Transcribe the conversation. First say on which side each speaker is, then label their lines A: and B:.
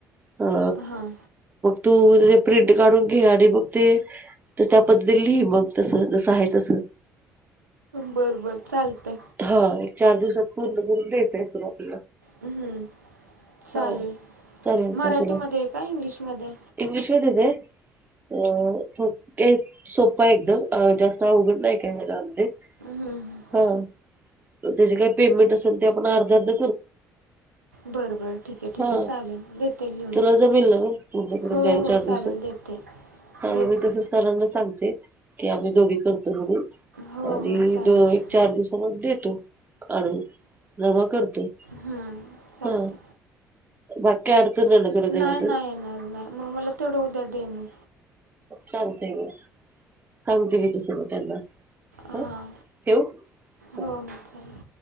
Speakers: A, on the right; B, on the right.
A: हा
B: हां
A: तू त्या प्रिंट काढून घे आणि मग ते त्या पद्धती लिहि मग तस जसं आहे तस
B: बरं बरं चालतं
A: हा एक चार दिवसात पूर्ण करून द्यायचं आहे तुला
B: हम्म चालेल
A: हा चालेल
B: मराठीमध्ये
A: का तुला
B: आहे का इंग्लिशमध्ये
A: इंग्लिश मध्येच आहे अ ऐ सोपा एकदम जास्त अवघड नाही के लाते
B: हं.
A: हम ते जे काही पेमेंट असेल ते आपण अर्ध अर्ध
B: बरं बरं ठीक आहे ठीक
A: हा
B: आहे चालेल देते लिहून मी.
A: तुला जमल ना म पूर्ण करून
B: हो
A: दिव्या
B: हो
A: चार
B: चालेल
A: दिवसात
B: देते
A: हा
B: देते
A: मग मी तस सारांना सांगते की आम्ही दोघी करतो म्हणून
B: हो
A: आणि
B: हो चालेल
A: द एक चार दिवसांना देतो आणू जमा करतो
B: हम्म चालत
A: हा बाकी काय अडचण नाही ना तुला त्याबद्दल
B: नाही नाही येणार नाही मग मला तेवढं उद्या दे मी
A: चालतय मग सांगते मी त स त्यांना
B: हां
A: ह ठेवू
B: हो हो चालेल